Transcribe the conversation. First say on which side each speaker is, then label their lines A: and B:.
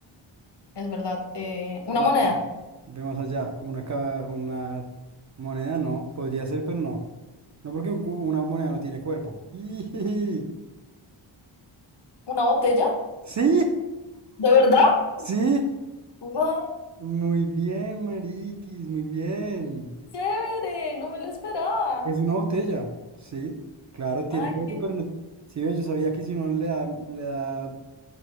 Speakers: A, on the left (about 55°); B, on the right (about 40°).
A: Es verdad. Eh, una
B: Ve más,
A: moneda.
B: ve más allá, una, ca- una moneda no, podría ser, pero no. No porque un cu- una moneda no tiene cuerpo. <laughs> ¡Ijiji!
A: ¿Una botella?
B: Sí,
A: ¿De verdad?
B: sí.
A: ¡Wow!
B: Muy bien, mariquis, muy bien.
A: ¡Chévere! No me lo esperaba.
B: Es una botella, sí. Claro, tiene
A: Ay,
B: cuerpo,
A: qué.
B: pero no. Sí, ve, yo sabía que si uno le da, le da,